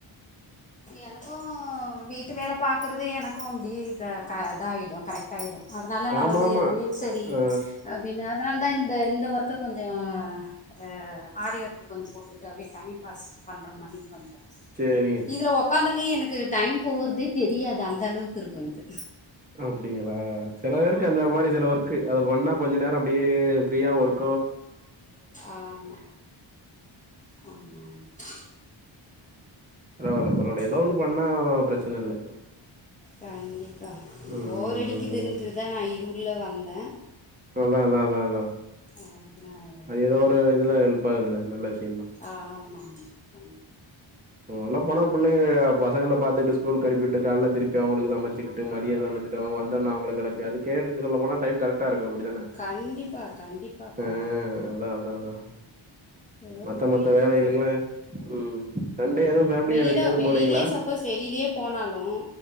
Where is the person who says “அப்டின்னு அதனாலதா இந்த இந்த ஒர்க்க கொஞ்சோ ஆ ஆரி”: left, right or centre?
Left